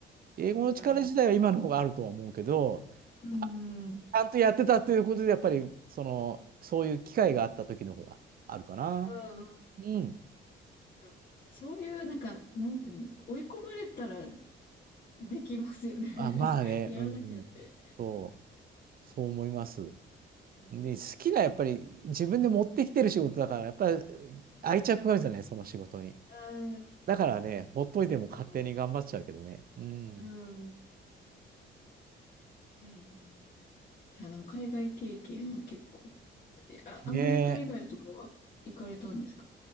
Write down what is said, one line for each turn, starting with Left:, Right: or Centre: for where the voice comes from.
Right: 英語の力自体は今の方があるとは思うけど、
Left: うんやっぱなんか、うん、うん、
Right: あち
Left: う
Right: ゃんとやってたということで、やっぱり、その、そういう機会があった時の方があるかな。
Left: ん、
Right: うん。
Left: やっぱそういう、なんか、なんていうの、追い込まれたらできますよね。<laughs>
Right: あ、まあね、
Left: やらなきゃって。
Right: うん。そう、そう思います。
Left: うん。
Right: で、好きな、やっぱり自分で持ってきてる仕事だから、
Left: うん
Right: やっぱり愛着があるじゃない、その仕事に。
Left: ああ
Right: だからね、ほっといても勝手に頑張っちゃうけどね。
Left: なるほど。
Right: うん。
Left: うん。いやー、いや、でも海外経験は結構、あ、アメリカ以外とかは行かれたんですか
Right: ねえ、